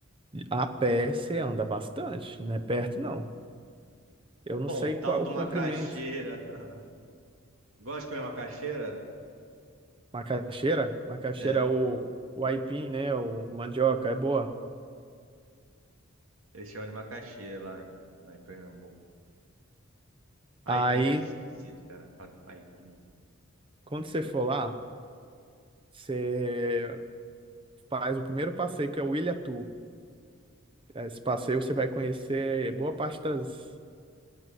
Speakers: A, on the right; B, on the right.
A: A pé você anda bastante, não é perto não. Eu não
B: Pontal
A: sei qual é
B: do
A: o comprimento.
B: Macaxeira. <laughs> Gosta de comer macaxeira?
A: Macaxeira? Macaxeira
B: É.
A: é o, o aipim, né? O mandioca, é boa.
B: Eles chamam de macaxeira lá, lá em Pernambuco. Aipim
A: Aí,
B: eu acho esquisito, cara. Fala Aipim.
A: quando você for lá, você faz o primeiro passeio, que é o Ilhatu. Esse passeio você vai conhecer boa parte das,